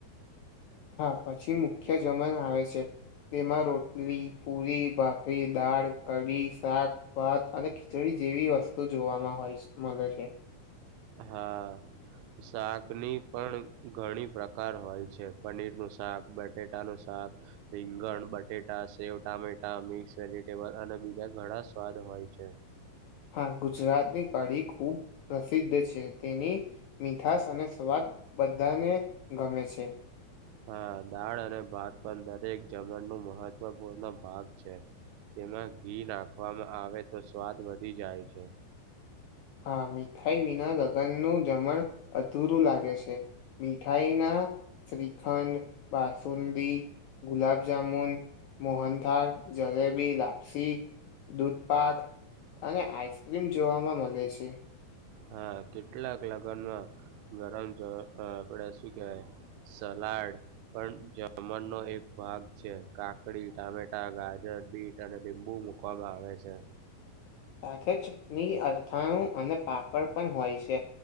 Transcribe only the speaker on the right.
હા શાકની પણ ઘણી પ્રકાર હોય છે. પનીરનું શાક, બટેટાનું શાક રીંગણ, બટેટા, સેવ, ટામેટા, મિક્સ વેજીિટેબલ અને બીજા ઘણા સ્વાદ હોય હોય છે.
હા, દાળ અને ભાત પણ દરેક જમણનુ મહત્વપૂર્ણ ભાગ છે. તેમાં ઘી નાખવામાં આવે તો સ્વાદ વધી જાય છે.
હા, કેટલાક લગ્નમાં ગરમ આપડે શું કેવાય? સલાડ પણ જમણનો એક ભાગ છે કાકડી, ટામેટા, ગાજર, બીટ અને લિંબુ મૂકવામાં આવે છે.